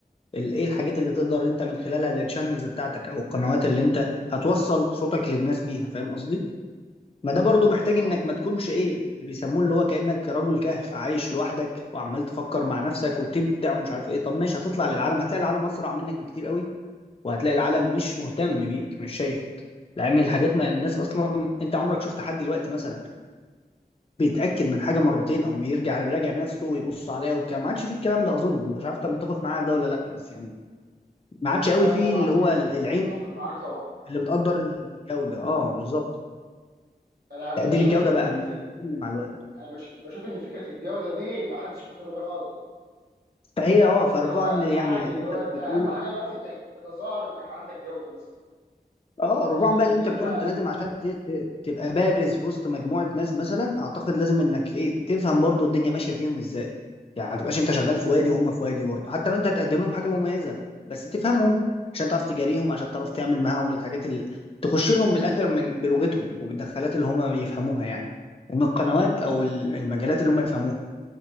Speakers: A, on the left; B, on the right.
A: ال- إيه الحاجات اللي تقدر أنت من خلالها التشانلز بتاعتك أو القنوات اللي أنت هتوصل صوتك للناس بيها فاهم قصدي؟ ما ده برضو محتاج
B: اه
A: انك ما تكونش ايه اللي بيسموه اللي هو كأنك رجل كهف عايش لوحدك وعمال تفكر مع نفسك وتبدع ومش عارف ايه طب ماشي هتطلع للعالم هتلاقي العالم اسرع منك بكتير قوي وهتلاقي العالم مش مهتم بيك مش شايفك لان الحاجات ما الناس اصلا انت عمرك شفت حد دلوقتي مثلا بيتاكد من حاجه مرتين او بيرجع بيراجع نفسه ويبص عليها والكلام ما عادش فيه الكلام ده اظن مش عارف انت متفق معايا على ده ولا لا بس يعني ما عادش قوي
B: لا
A: فيه
B: طبعا
A: اللي هو العين
B: اتفق معاك طبعا
A: اللي بتقدر الجوده اه بالظبط
B: انا بشوف
A: تقدير الجوده
B: ان فكره
A: بقى بيقل
B: الج-
A: مع الوقت
B: انا بش- بشوف ان فكره الجوده دي ما حدش مهتم بيها خالص
A: فهي اه
B: يعني
A: فرجوعا
B: اللي هو
A: ل- يعني
B: عادي
A: للي
B: اللي
A: انت
B: هو انت
A: بتقوله
B: اهم حاجه دلوقتي انك تتظاهر انك عندك جوده مثلا
A: اه رجوعا
B: لكن
A: بقى
B: ان
A: للي انت
B: انت
A: بتقوله انت لازم عشان ت- ت- تبقى بارز في وسط مجموعه ناس مثلا اعتقد لازم انك ايه تفهم برضو الدنيا ماشيه فيهم ازاي يعني ما تبقاش انت شغال في وادي
B: م-
A: وهم في وادي برضو حتى لو انت هتقدم لهم حاجه مميزه بس تفهمهم عشان تعرف تجاريهم عشان تعرف تعمل معاهم الحاجات اللي تخش لهم من الاخر من بلغتهم وبالدخلات اللي هم بيفهموها يعني ومن القنوات
B: م-
A: او ال- المجالات اللي هم يفهموها